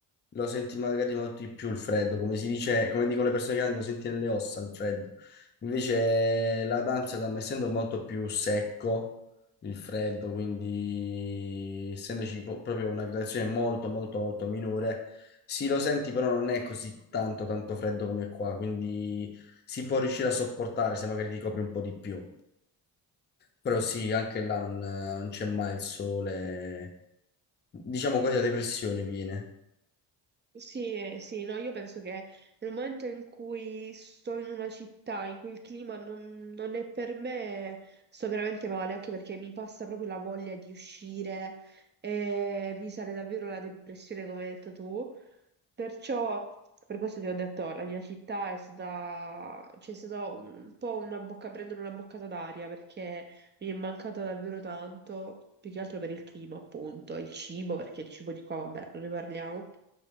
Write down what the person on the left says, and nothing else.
lo senti magari molto di più il freddo, come si dice, come dicono le persone grandi, lo senti nelle ossa il freddo. Invece la Amsterdam, essendo molto più secco il freddo, quindi essendoci po- proprio una gradazione molto, molto, molto minore, sì, lo senti, però non è così tanto, tanto freddo come qua, quindi si può riuscire a sopportare se magari ti copri un po' di più. Però sì, anche là non, non c'è mai il sole. Diciamo quasi la depressione viene.